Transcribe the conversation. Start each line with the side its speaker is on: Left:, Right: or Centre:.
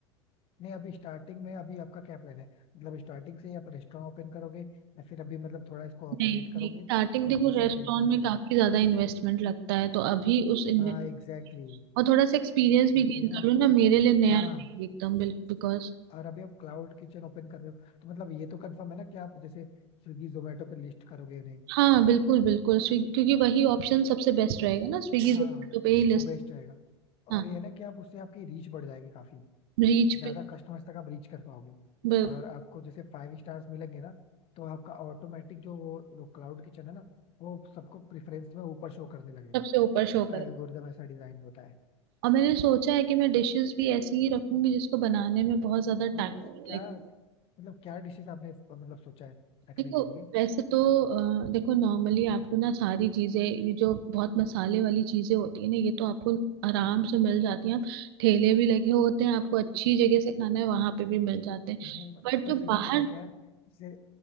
Left: नहीं अभी स्टार्टिंग में अभी आपका क्या प्लान है मतलब स्टार्टिंग से ही आप रेस्टोरेंट ओपन करोगे या फिर अभी मतलब थोड़ा इसको ऑपरेट
Right: नहीं
Left: करोगे
Right: नहीं स्टार्टिंग
Left: कुछ
Right: देखो
Left: डिसेंट
Right: रेस्टोरेंट
Left: इनकम के
Right: में काफी
Left: बाद
Right: ज्यादा इन्वेस्टमेंट लगता है तो अभी उस इन्वेस्ट
Left: हाँ एग्जैक्टली exactly.
Right: और थोड़ा सा एक्सपीरियंस
Left: क्योंकि
Right: भी गेन
Left: है ना
Right: कर लूँ ना मेरे लिए नया
Left: हाँ
Right: रहेगा एकदम बिल्कुल बिकॉज
Left: और अभी आप क्लाउड किचन ओपन कर रहे हो तो मतलब ये तो कंफर्म है ना कि आप जैसे स्विगी जोमेटो पे लिस्ट करोगे उन्हें
Right: हाँ बिल्कुल बिल्कुल स्विगी क्योंकि वही ऑप्शन सबसे बेस्ट रहेगा ना स्विगी
Left: हाँ
Right: जोमेटो पे ही लिस्ट
Left: वो बेस्ट रहेगा
Right: हाँ
Left: और ये है ना कि आप उससे आपकी रीच बढ़ जाएगी काफी
Right: रीच
Left: ज्यादा
Right: पे
Left: कस्टमर्स तक आप रीच कर पाओगे
Right: ब-
Left: और आपको जैसे फाइव स्टार्स मिलेंगे ना तो आपका ऑटोमेटिक जो वो क्लाउड किचन है ना वो सबको प्रेफरेंस में ऊपर शो करने लगेगा
Right: सबसे ऊपर शो
Left: उसका एल्गोरिदम ऐसा डिजाइन होता है
Right: और मैंने सोचा है कि मैं डिशेस भी ऐसी ही रखूंगी जिसको बनाने में बहुत ज्यादा
Left: हाँ
Right: टाइम लगे
Left: वैसे क्या
Right: Like,
Left: मतलब क्या डिशेस आपने मतलब सोचा है रखने
Right: देखो
Left: के लिए
Right: वैसे तो अ, देखो नॉर्मली आपको ना सारी चीजें ये जो बहुत मसाले वाली चीजें होती है ना ये तो आपको आराम से मिल जाती हैं आप ठेले भी लगे होते हैं आपको अच्छी जगह से खाना है वहां पे भी मिल जाते हैं
Left: नहीं
Right: बट
Left: बट
Right: जो
Left: फिर
Right: बाहर
Left: भी पता क्या है जैसे